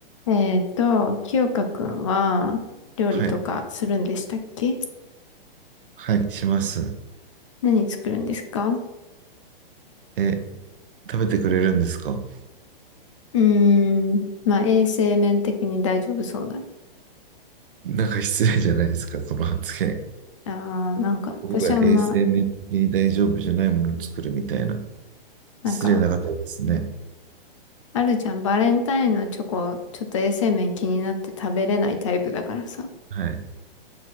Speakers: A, on the left; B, on the right.
A: えっと、清香くんは料理とかするんでしたっけ
B: はい。はい、します。
A: 何作るんですか
B: え、食べてくれるんですか
A: うーん、まあ衛生面的に大丈夫そうなの。
B: なんか失礼じゃないですか、その発言。
A: あー、なんか私あんま、
B: 僕が衛生面的に大丈夫じゃないものを作るみたいな。
A: なんか
B: 失礼な方ですね。
A: あるじゃん、バレンタインのチョコ、ちょっと衛生面気になって食べれないタイプだからさ、
B: はい。